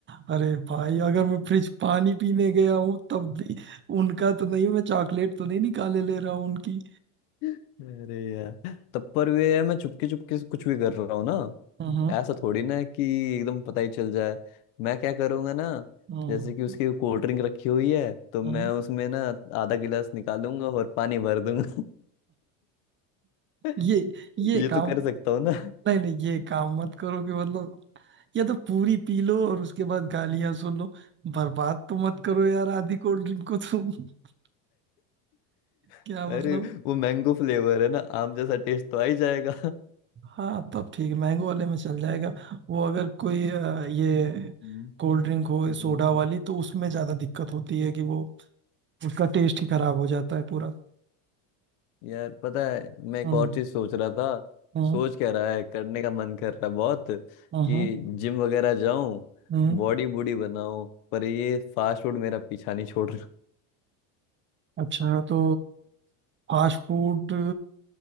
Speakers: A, on the right (about 25°); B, on the left (about 80°).
A: अरे भाई अगर मैं फ्रिज पानी पीने गया हूँ तब भी उनका तो नहीं मैं चॉकलेट तो नहीं निकाले ले रहा हूँ उनकी
B: अरे यार तब पर वे यार मैं चुपके चुपके से कुछ भी कर रहा हूँ ना
A: हम्म
B: ऐसा थोड़ी ना है कि एकदम पता ही चल जाए मैं क्या करूंगा ना
A: हम्म
B: जैसे कि उसकी कोल्ड ड्रिंक रखी हुई है तो मैं
A: हम्म
B: उसमें ना आधा गिलास निकालूंगा और पानी भर दूंगा <laughs>
A: ये ये
B: ये
A: काम
B: तो कर सकता हूँ ना
A: नहीं नहीं ये काम मत करो कि मतलब या तो पूरी पी लो और उसके बाद गालियां सुन लो बर्बाद तो मत करो यार आधी कोल्ड ड्रिंक को तुम <laughs> क्या
B: <laughs> अरे
A: मतलब
B: वो मैंगो फ्लेवर है ना आम जैसा टेस्ट तो आ ही जाएगा
A: हाँ तब ठीक है मैंगो वाले में चल जाएगा वो अगर कोई अ, ये
B: हम्म,
A: कोल्ड ड्रिंक हो
B: हम्म,
A: सोडा वाली तो उसमें ज्यादा दिक्कत होती है कि वो उसका टेस्ट ही खराब हो जाता है पूरा
B: यार पता है मैं एक
A: हम्म
B: और चीज सोच रहा था
A: हम्म
B: सोच क्या रहा है करने का मन कर रहा है बहुत कि
A: हम्म हम्म
B: जिम वगैरह जाऊं
A: हम्म।
B: बॉडी बूडी बनाऊं पर ये फास्ट फूड मेरा पीछा नहीं छोड़ रहा
A: अच्छा तो फास्ट फूड